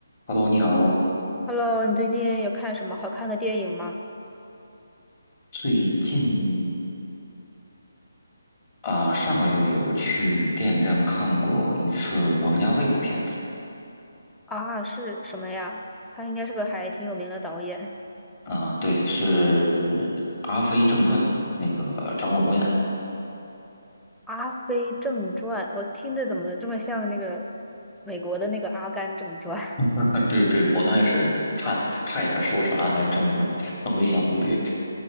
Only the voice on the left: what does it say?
Hello，你好。
最近啊、上个月有去电影院看过一次王家卫的片子
啊、对，是《阿飞正传》，那个张国荣演的。
<laughs> 对对，我刚开始差差一点说成《阿甘正传》，<laughs> 我一想不对，